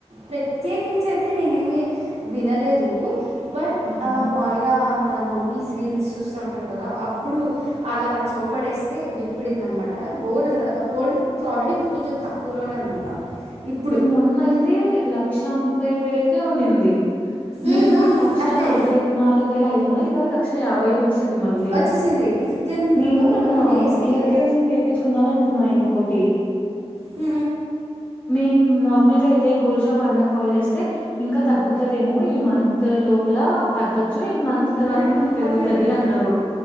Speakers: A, on the right (about 75°); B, on the left (about 15°).
A: ప్రత్యేకించి అయితే నేనేమిీ వినలేదు బట్
B: ఆహా
A: ఆ మాలుగా మన మమ్మీస్ రీల్స్ చూస్తా ఉంటారు కదా అప్పుడు అలా చౌపడేస్తే వినిపిడింద అనమాట గోల్డ్ గోల్డ్ ఆల్రెడీ ఇప్పుడు కొంచెం తక్కువలోనే ఉందంట ఇప్పుడు
B: నిమ్ొన్నైతే లక్ష ముప్పై ఏడు వేలకే ఉన్నింది నిన్న
A: ఉమ్, ఉమ్,
B: క్ష
A: అదే
B: నల్భై నల్గు వేల ఐదు వంద ఇవళ క్ష స అవయి మళ్ళీ
A: వచ్చేసింది విత్ ఇన్
B: నేను
A: కొన్ని
B: మన్న
A: కొన్ని డేస్కే
B: ఇయర్ పియర్స్ చేయిించుకుందాం అనుకున్నా ఇంకోటి దే
A: ఉ
B: మేం నార్మల్ గా వెళ్ే గోల్డ్ షాప్ అన్న కాల్ చేస్తే ఇంకా తగ్గుతుదేమో ఈ మంత్ లోపల తగ్గచ్చు ఇంక మంత్ తర్వాత
A: నా
B: ఇంక పెరుగుతుది
A: పర్లేదు అయితే
B: అన్నారు